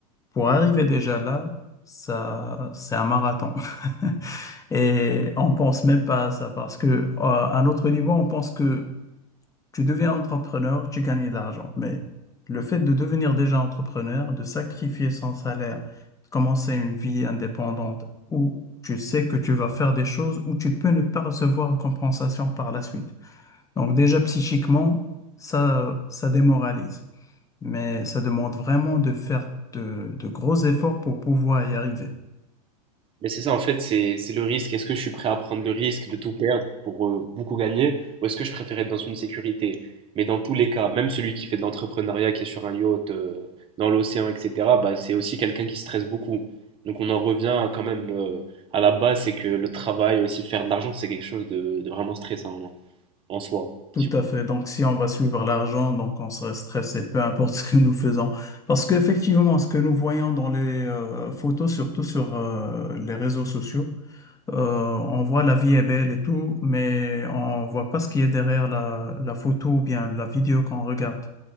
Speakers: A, on the left; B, on the right.
A: pour arriver déjà là, ça, c'est un marathon. <laughs> Et on pense même pas à ça parce que, euh, à notre niveau, on pense que tu deviens entrepreneur, tu gagnes de l'argent. Mais le fait de devenir déjà entrepreneur, de sacrifier son salaire, de commencer une vie indépendante où tu sais que tu vas faire des choses où tu peux ne pas recevoir de compensation par la suite. Donc déjà psychiquement, ça, ça démoralise. Mais ça demande vraiment de faire de de gros efforts pour pouvoir y arriver.
B: Mais c'est ça, en fait, c'est c'est le risque. Est-ce que je suis prêt à prendre le risque de tout perdre pour euh, beaucoup gagner, ou est-ce que je préfère être dans une sécurité? Mais dans tous les cas, même celui qui fait de l'entrepreneuriat, qui est sur un yacht, euh, dans l'océan, etc., bah, c'est aussi quelqu'un qui stresse beaucoup. Donc on en revient quand même euh, à la base, c'est que le travail, aussi faire de l'argent, c'est quelque chose de, de vraiment stressant en en soi.
A: Tout
B: si
A: à fait. Donc, si on va suivre l'argent, donc on serait stressé, peu importe <laughs> ce que nous faisons. Parce qu'effectivement, ce que nous voyons dans les euh, photos, surtout sur euh, les réseaux sociaux, euh, on voit la vie est belle et tout, mais on voit pas ce qui est derrière la, la photo ou bien la vidéo qu'on regarde.